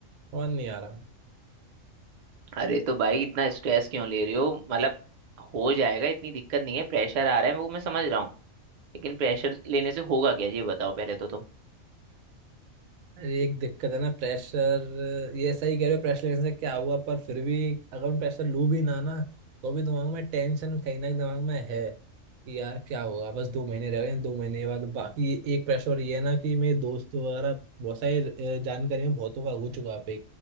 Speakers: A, on the right; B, on the right.
A: और नहीं आ रहा
B: अरे तो भाई इतना स्ट्रेस क्यों ले रहे हो मतलब हो जाएगा इतनी दिक्कत नहीं है प्रेशर आ रहा है वो मैं समझ रहा हूँ लेकिन प्रेशर लेने से होगा क्या ये बताओ पहले तो तुम
A: अरे एक दिक्कत है ना प्रेशर ये सही कह रहे हो प्रेशर लेने से क्या हुआ पर फिर भी अगर मैं प्रेशर लूँ भी ना ना तो भी दिमाग में टेंशन कहीं ना कहीं दिमाग में है कि यार क्या होगा बस दो महीने रह गए हैं, दो महीने के बाद बाकी एक प्रेशर ये है ना कि मेरे दोस्त वगैरह बहुत सारे अ, जानकारी में बहुतों का हो चुका है